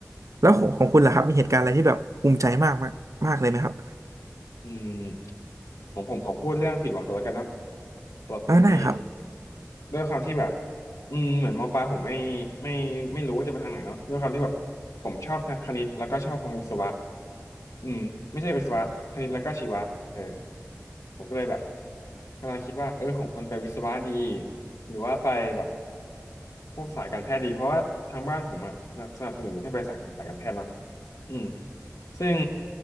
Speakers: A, on the right (about 75°); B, on the left (about 85°).
A: แล้วของของคุณล่ะครับมีเหตุการณ์อะไรที่แบบภูมิใจมากมากมากเลยไหมครับ
B: อืมผมผมขอพูดเรื่องผิดหวังกันแล้วกันเนาะสำหรับผมนี่
A: เออได้ครับ
B: ด้วยความที่แบบอืมเหมือนมปลายผมไม่ไม่ไม่รู้ว่าจะไปทางไหนเนาะด้วยความที่แบบผมชอบทางคณิตแล้วก็ชอบทางวิศวะอืมไม่ใช่วิศวะคณิตแล้วก็ชีวะเออ ผมก็เลยแบบกำลังคิดว่าเออผมควรไปวิศวะดีหรือว่าไปแบบพวกสายการแพทย์ดีเพราะว่าทางบ้านผมอะสนับสนุนให้ไปสายสายการแพทย์เนาะอืมซึ่ง